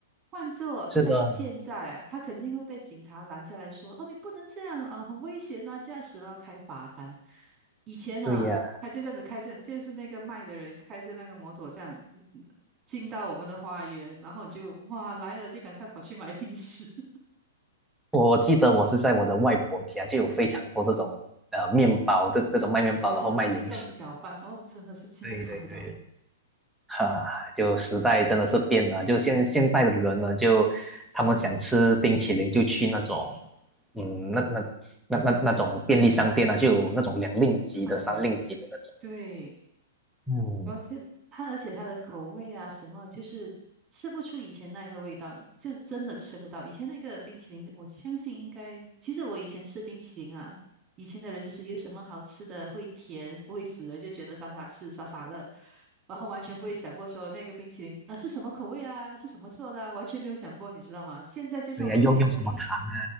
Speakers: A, on the right; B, in the centre.
A: 换做在现在啊，
B: 是的，
A: 他肯定会被警察拦下来说：“哦，你不能这样啊，很危险啊，驾驶了开罚单。”以前啊，
B: 对呀，
A: 他就这样子开着，就是那个卖的人开着那个摩托这样嗯进到我们的花园，然后你就哇来了就赶快跑去买零食，<laughs>
B: 我记得我是在我的外婆家就有非常多这种呃面包，这这种卖面包，然后卖零食，
A: 那种移动小贩，哦，真的是现在看不到了
B: 对对对，哈、就时代真的是变了，就现现代的人呢，就他们想吃冰淇淋就去那种，嗯，那那那那那种便利商店啊，就有那种两令吉的、
A: 啊，
B: 三令吉的那种，
A: 对。
B: 嗯，
A: 而且它，而且它的口味啊，什么就是吃不出以前那个味道，就是真的吃不到。以前那个冰淇淋，我相信应该，其实我以前吃冰淇淋啊，以前的人就是有什么好吃的，会甜，不会死人，就觉得傻傻吃，傻傻乐，然后完全不会想过说那个冰淇淋啊、呃是什么口味啊，是什么做的啊完全没有想过，你知道吗？现在就算我想要跟你，
B: 对呀，用用什么糖